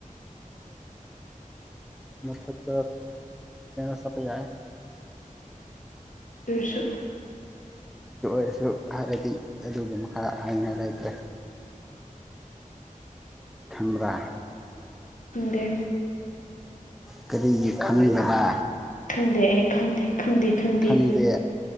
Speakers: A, in the centre; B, on the left.
A: ꯃ ꯊꯛꯇ ꯆ ꯁꯥꯄꯦꯥꯏ
B: ꯆꯁꯨ
A: ꯑꯗꯨ ꯑꯣꯏꯔꯁꯨ ꯍꯥꯏꯕꯗꯤ ꯑꯗꯨꯒꯤ ꯃꯈꯥ ꯍꯥꯏꯉꯥꯏ ꯂꯩꯇ꯭ꯔꯦ ꯊꯟꯕꯔ
B: ꯗꯦ
A: ꯀꯔꯤꯒꯤ ꯈꯉꯕꯗꯥ
B: ꯈꯪꯗꯦ ꯑꯩ ꯈꯪꯗꯦ ꯈꯪꯗꯦ ꯈꯪꯗꯦ
A: ꯈꯟꯗꯦ
B: ꯈꯪꯗꯦ